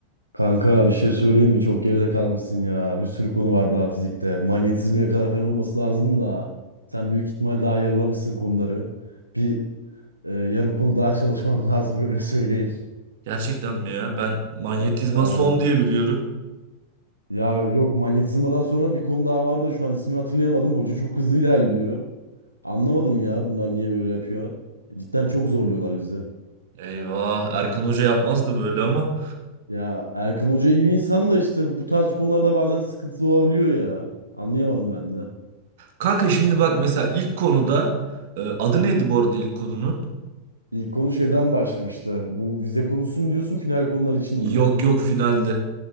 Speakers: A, on the right; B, on the right.
A: Kanka bir şey söyleyeyim mi? Çok geride kalmışsın ya. Bir sürü konu var daha fizikte. Manyetizmaya kadar falan olması lazım da. Sen büyük ihtimal daha yarılamışsın konuları. Bir e, yarım konu daha çalışman <laughs> lazım öyle söyleyeyim.
B: Gerçekten mi ya? Ben manyetizma
A: Va- Vallahi.
B: son diye biliyorum.
A: Ya yok manyetizmadan sonra bir konu daha vardı da şu an ismini hatırlayamadım. Hoca çok hızlı ilerliyor. Anlamadım ya bunlar niye böyle yapıyor. Cidden çok zorluyorlar bizi.
B: Eyvah, Erkan Hoca yapmazdı böyle ama.
A: Ya Erkan Hoca iyi bir insan da işte bu tarz konularda bazen sıkıntılı olabiliyor ya. Anlayamadım ben de.
B: Kanka şimdi bak mesela ilk konuda e, adı neydi bu arada ilk konunun?
A: İlk konu şeyden başlamıştı. Bu vize konusu mu diyorsun, final konular için mi?
B: Yok yok finaldi